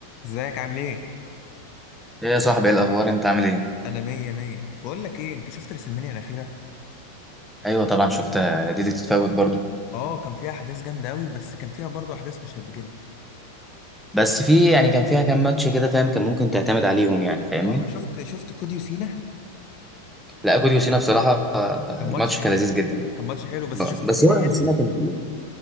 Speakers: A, on the left; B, in the centre.
A: ازيك عامل ايه؟
B: ايه يا صاحبي ايه الاخبار انت عامل ايه
A: انا مية مية بقول لك ايه انت شفت رسلمانيا الاخيرة؟
B: ايوه طبعا شفتها دي اللي تتفوت برضو
A: اه كان فيها احداث جامدة اوي بس كان فيها برضه احداث مش قد كده
B: بس في يعني كان فيها كام ماتش كده فاهم كان ممكن تعتمد عليهم يعني فاهمني
A: اه شفت شفت كودي وسينا
B: لا كوديو سينا بصراحه آه،
A: كان ماتش
B: الماتش
A: حلو
B: كان لذيذ جدا
A: كان ماتش حلو بس
B: آه،
A: شفت
B: بس
A: سينا
B: هو
A: هيل
B: سينا كان تقيل